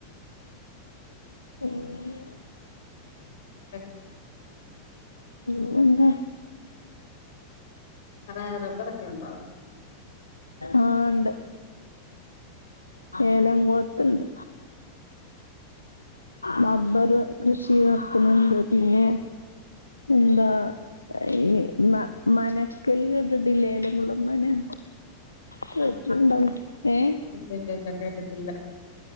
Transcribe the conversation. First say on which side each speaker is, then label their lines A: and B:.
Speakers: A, on the left; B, on the left.
A: <inaudible>
B: <inaudible>
A: പിന്നെന്താ
B: വേറെ റബ്ബറൊക്കെ ഉണ്ടോ അവിടെ
A: ആഹ് ഇണ്ട് ഏലംകുളത്ത് ഇണ്ട് റബ്ബറ് കൃഷി നടത്തണുണ്ട് പിന്നെ എന്താ ഈ മനക്കല് കേട്ടിട്ടില്ലേ ഏലംകുളംതന്നാ കേട്ടിട്ടുണ്ടോ
B: ആ
A: ഏഹ്
B: ഇല്ല ഇല്ല ഇല്ല കേട്ടിട്ടില്ല